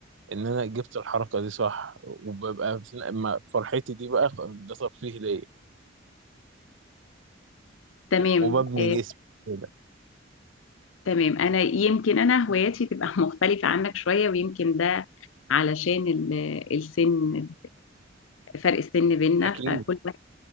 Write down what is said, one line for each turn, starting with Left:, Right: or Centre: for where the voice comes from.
Right: ان انا جبت الحركة دي صح وببقى في- ما- فرحتي دي بقى ده ترفيه ليا
Left: تمام
Right: وببني
Left: آه،
Right: جسمي كده
Left: تمام انا يمكن انا هواياتي تبقى <laughs> مختلفة عنك شوية ويمكن ده علشان ال- السن فرق السن بيننا
Right: اكيد
Left: فكل واحد